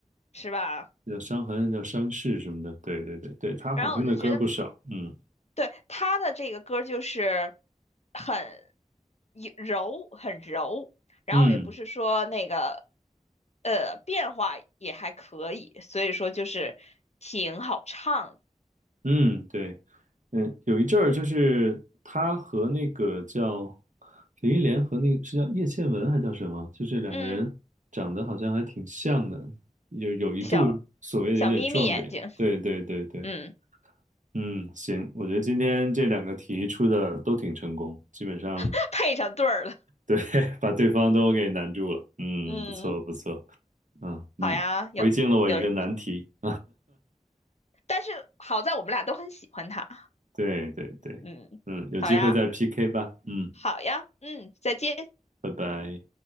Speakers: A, on the left; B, on the right.
A: 是吧？
B: 叫伤痕，叫伤势什么的。对对对对，他好听的歌不少。
A: 然后我就觉得
B: 嗯
A: 对，他的这个歌儿就是很一柔，很柔，然后也不是说那个
B: 嗯
A: 呃变化也还可以，所以说就是挺好唱的。
B: 嗯，对，嗯，有一阵儿就是他和那个叫林忆莲和那个是叫叶倩文还叫什么，就这两个人长得好像还挺像的，
A: 嗯，
B: 有有一度所谓的有点撞脸。
A: 小小眯眯眼睛，
B: 对对对对，
A: 嗯，
B: 嗯，行，我觉得今天这两个题出的都挺成功，基本上。
A: <laughs> 配上对儿了。
B: 对，<laughs> 把对方都给难住了。嗯，
A: 嗯，
B: 不错不错。嗯，你回敬了我一个难题。
A: 好呀，有有，
B: <laughs>
A: 但是好在我们俩都很喜欢他。
B: 对对对，
A: 嗯，
B: 嗯，有机会再
A: 好呀，
B: PK 吧。嗯，
A: 好呀，嗯，再见。
B: 拜拜。